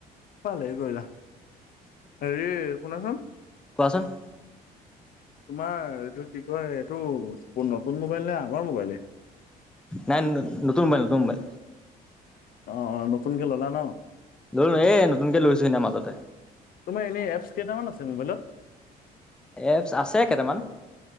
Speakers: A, on the left; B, in the centre.
A: ফালে কৰিলা হেৰি শুনাচোন
B: কোৱাচোন।
A: তোমাৰ এইটো কি কয় এইটো কোন নতুন মোবাইল নে আগৰ মোবাইলে।
B: নাই নতুন মোবাইল নতুন মোবাইল
A: অ অ নতুনকে ললা ন
B: লৈ'ল না এ নতুনকে লৈছো সিদিনা মাজতে
A: তোমাৰ এনে এপছ কেইটামান আছে মোবাইলত।
B: এপছ আছে কেটামান